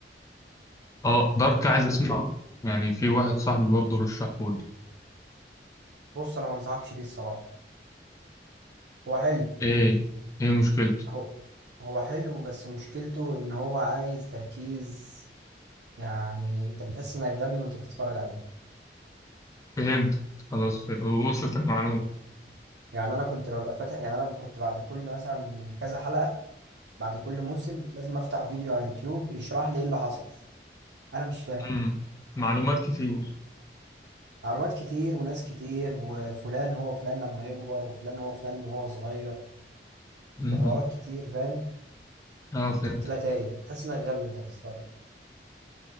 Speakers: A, on the left; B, on the right.
A: اه دارك عايز اسمعه يعني في واحد صاحبي برضو رشحهولي
B: بص انا ما انصحكش بيه الصراحة هو حلو
A: ايه ايه مشكلته
B: هو هو حلو بس مشكلته ان هو عايز تركيز يعني انت بتحس انك غبي وانت بتتفرج عليه
A: فهمت خلاص ف- وصلت المعلومة
B: يعني انا كنت ببقى فاتح يعني انا كنت بعد كل مثلا كذا حلقة بعد كل موسم لازم افتح فيديو على اليوتيوب يشرح لي ايه اللي حصل انا مش فاهم
A: مم. معلومات كتير
B: معلومات كتير وناس كتير وفلان هو فلان لما يكبر وفلان هو فلان وهو صغير
A: مم.
B: وحوارات كتير فاهم
A: اه فهمت
B: انت بتبقى تايه تحس انك غبي وانت بتتفرج